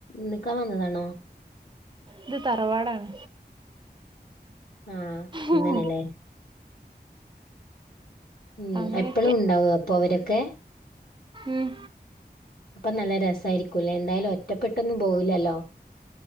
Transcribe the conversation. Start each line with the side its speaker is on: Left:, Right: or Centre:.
Left: നിക്കാൻ വന്നതാണോ
Right: ഇത് തറവാടാണ്
Left: ആഹ് അങ്ങനെല്ലേ
Right: ഉം
Left: ഉം
Right: അങ്ങനെയൊക്കെ
Left: എപ്പളും ഉണ്ടാവോ അപ്പൊ അവരൊക്കെ
Right: ഉം
Left: അപ്പൊ നല്ല രസമായിരിക്കൂല്ലേ എന്തായാലും ഒറ്റപ്പെട്ടൊന്നും പോവില്ലല്ലോ